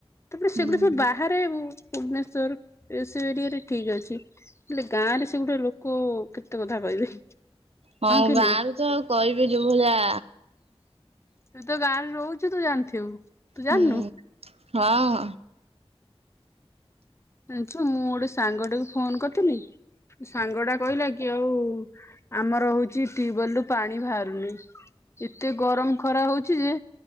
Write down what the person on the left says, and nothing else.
ତାପରେ
ସେଗୁଡା ସବୁ ବାହାରେ ବୁ ଭୁବନେଶ୍ଵର ଏ ସେ ଏରିଆରେ ଠିକ ଅଛି ହେଲେ ଗାଁ ରେ ସେ ଗୋଟେ ଲୋକ କେତେ କଥା କହିବେ?
କି
ନାଇଁ
ତୁ ତ ଗାଁ ରେ ରହୁଛୁ ତୁ ଜାଣିଥିବୁ ତୁ ଜାଣିନୁ?
ଜାଣିଛୁ ମୁଁ ଗୋଟେ ସାଙ୍ଗ ଟାକୁ ଫୋନ କରିଥିଲି ସାଙ୍ଗ ଟା କହିଲା କି ଆଉ ଆମର ହଉଛି ଟ୍ୟୁବେଲ ରୁ ପାଣି ବାହାରୁନି। ଏତେ ଗରମ ଖରା ହଉଛି ଯେ